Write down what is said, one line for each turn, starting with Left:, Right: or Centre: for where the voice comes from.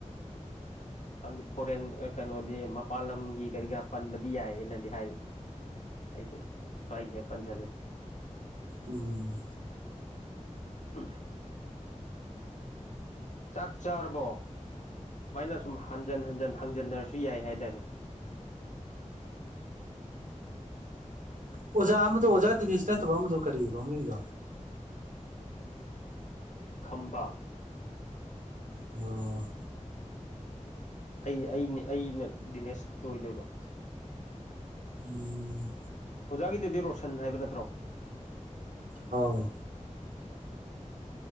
Left: ꯈꯪꯗꯦ ꯐꯣꯔꯦꯟ ꯀꯩꯅꯣꯗꯤ ꯃꯄꯥꯟ ꯂꯝꯒꯤ ꯀꯔꯤꯀꯥ ꯄꯟꯕꯗꯤ ꯌꯥꯏꯌꯦꯅꯗꯤ ꯍꯥꯏꯕꯅꯤ ꯑꯩꯁꯨ ꯁ꯭ꯋꯥꯏꯁꯦ ꯄꯟꯁꯤꯜꯂꯦ
Right: ꯎꯝ
Left: ꯑ ꯆꯥꯛ ꯆꯥꯔꯕꯣ ꯁꯨꯃꯥꯏꯅ ꯁꯨꯝ ꯍꯟꯖꯟ ꯍꯟꯖꯤꯟ ꯍꯟꯖꯤꯟꯅꯔꯁꯨ ꯌꯥꯏ ꯍꯥꯏꯇꯥꯔꯅꯦ
Right: ꯑꯣꯖꯥ ꯑꯃꯗꯣ ꯑꯣꯖꯥ ꯗꯤꯅꯦꯁ ꯅꯠꯇꯕ ꯑꯃꯗꯣ ꯀꯔꯤꯑꯕ ꯃꯤꯡꯗꯣ
Left: ꯈꯝꯕꯥ
Right: ꯑꯣ
Left: ꯑꯩ ꯑꯩꯅꯦ ꯑꯩꯅ ꯗꯤꯅꯦꯁ ꯇꯣꯏꯗꯣꯏꯕ
Right: ꯎꯝ
Left: ꯑꯣꯖꯥꯒꯤꯗꯨꯗꯤ ꯔꯣꯁꯟ ꯍꯥꯏꯕ ꯅꯠꯇ꯭ꯔꯣ
Right: ꯑꯥꯎ